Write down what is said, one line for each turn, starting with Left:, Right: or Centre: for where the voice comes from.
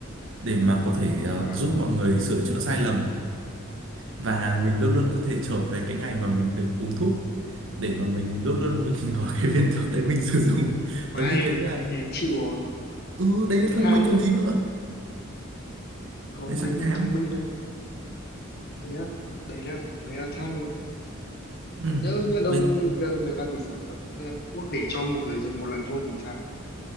Right: để mà có thể ờ,
Left: à,
Right: giúp mọi người sửa chữa sai lầm và mình luôn luôn có thể trở về cái ngày mà mình được uống thuốc để mà mình luôn luôn mình <laughs> có cái viên thuốc đấy mình sử dụng
Left: mà
Right: tớ nghĩ
Left: ai
Right: thấy là
Left: thế chịu rồi
Right: ừ đây
Left: tự
Right: là thông
Left: tham
Right: minh
Left: đấy
Right: còn gì nữa
Left: không
Right: tại sao
Left: nếu
Right: lại
Left: mà
Right: tham
Left: thông minh nữa thế á đấy là đấy là tham ạ.
Right: ừ.
Left: nhớ nhớ đâu
Right: Bây,
Left: ờ, người ta thì sản xuất ờ, thuốc để cho một người dùng một lần thôi thì sao